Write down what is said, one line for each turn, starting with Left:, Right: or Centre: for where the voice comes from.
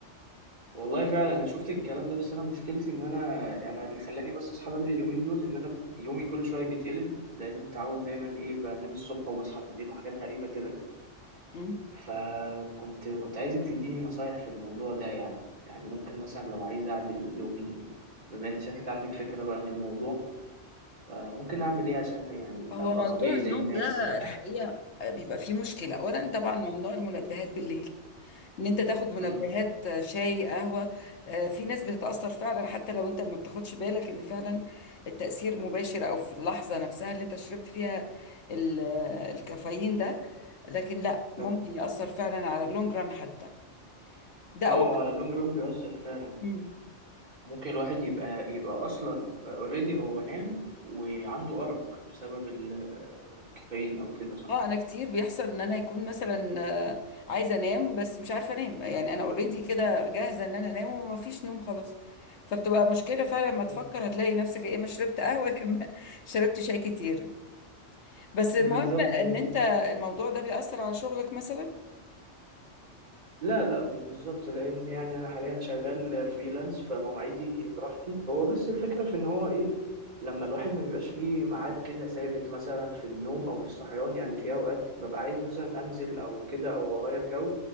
Right: والله فعلا انا شفت الكلام ده بس انا مشكلتي ان انا انا اللي خلاني بس اصحى بدري اليومين دول ان انا يومي كل شويه بيتقلب لان متعود دايما ايه بنام الصبح وبصحى بالليل وحاجات غريبه كده
Left: مم.
Right: فكنت كنت عايزك تديني نصايح في الموضوع ده يعني يعني ممكن مثلا لو عايز اعدل يومي بما ان شكلك عندك فكره بقى في الموضوع فممكن اعمل ايه عشان يعني
Left: هو
Right: ابقى
Left: موضوع
Right: طبيعي
Left: النوم
Right: زي الناس
Left: ده الحقيقة بيبقى فيه مشكلة اولا طبعا ممنوع المنبهات بالليل ان انت تاخد منبهات
Right: امم
Left: آه، شاي قهوة آه، في ناس بتتأثر فعلا حتى لو انت ما بتاخدش بالك ان فعلا التأثير مباشر او في اللحظة نفسها اللي انت شربت فيها ال- آه، الكافيين ده لكن لا ممكن
Right: صح
Left: يأثر فعلا على اللونج ران حتى ده
Right: اه
Left: اول
Right: وعلى اللونج رون بيأثر فعلا
Left: مم.
Right: ممكن الواحد يبقى يبقى اصلا اوريدي هو نام وعنده أرق بسبب ال- الكافيين او كده صح
Left: اه انا كتير بيحصل ان انا يكون مثلا آه، عايزة انام بس مش عارفة انام يعني انا اوريدي كده جاهزة ان انا انام وما فيش نوم خلاص فبتبقى مشكلة فعلا ما تفكر
Right: مم.
Left: هتلاقي نفسك يا اما شربت قهوة يا اما <laughs> شربت شاي كتير بس المهم
Right: بالظبط
Left: ان
Right: هي
Left: انت الموضوع ده بيأثر على شغلك مثلا
Right: لا لا مش بالظبط لان يعني انا حاليا شغال فريلانس فمواعيدي براحتي هو بس الفكره في ان هو ايه لما الواحد ما بيبقاش ليه ميعاد كده ثابت مثلا في النوم او في الصحيان يعني في اوقات ببقى عايز مثلا انزل او كده او اغير جو